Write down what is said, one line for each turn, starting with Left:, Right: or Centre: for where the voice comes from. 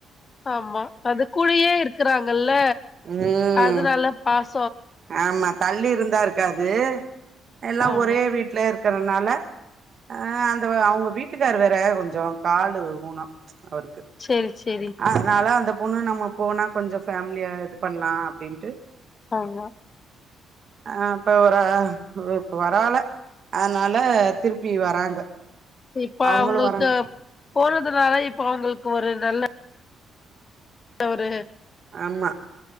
Left: ஆமா அது கூடையே இருக்றாங்கல்ல
Right: ம்
Left: அதுனால பாஸ்
Right: ஆமா தள்ளி இருந்தா இருக்காது எல்லா
Left: ஆமா
Right: ஒரே வீட்ல இருக்கறனால அ அந்த அவுங்க வீட்டுக்காரு வேற கொஞ்சோ காலு ஊனோ அவர்க்கு
Left: சேரி சேரி
Right: அதனால அந்தப் பொண்ணு நம்ம போனா கொஞ்சோ ஃபேமிலியா இது பண்லா அப்டின்ட்டு
Left: ஆமா
Right: ஆ இப்ப வரா அவா இப்ப பரவால்ல அதனால திருப்பி வராங்க
Left: இப்போ
Right: அவங்களு
Left: அவளோக்கா
Right: வராங்க
Left: போனதுனால இப்ப அவங்களுக்கு ஒரு நல்ல ஒரு
Right: ஆமா